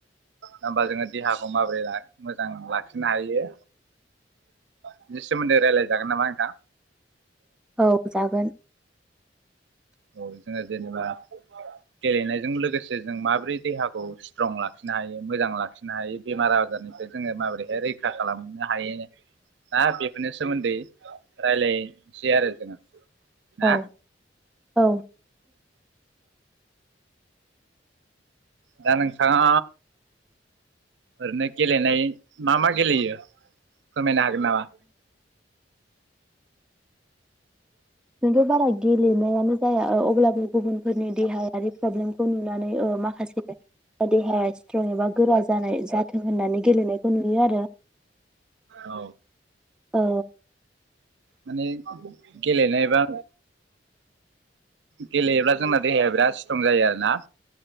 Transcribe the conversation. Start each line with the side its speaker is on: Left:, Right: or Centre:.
Right: होमबा जोङो देहाखौ माबोरै मोजां लाखिनो हायो बिनि सोमोन्दै रायलायजागोन नामा? दा
Centre: औ जागोन,
Right: औ जोङो जेनेबा गेलेनायजों लोगोसे जों माबोरै देहाखौ स्ट्रं लाखिनो हायो मोजां लाखिनो हायो बेमार आजारनिफ्राय जोङो माबोरैहाय रैखा खालामनो हायो दा बेफोरनि सोमोन्दै रायलायसै आरो जोङो, ना
Centre: औ औ
Right: दा नोंथाङा ओरैनो गेलेनाय मा मा गेलेयो फोरमायनो हागोन नामा?
Centre: नोंथ' बाराय गेलेनायानो जाया अब्लाबो गुबुनफोरनि देहायारि प्रब्लेम, खौ नुनानै अ माखासे देहाया इस्ट्रं एबा गोरा जानाय जाथों होननानै गेलेनायखौ नुयो आरो
Right: औ
Centre: औ
Right: माने गेलेनायबा, गेलेयोब्ला जोंना देहाया बिराद इस्ट्रं जायो आरोना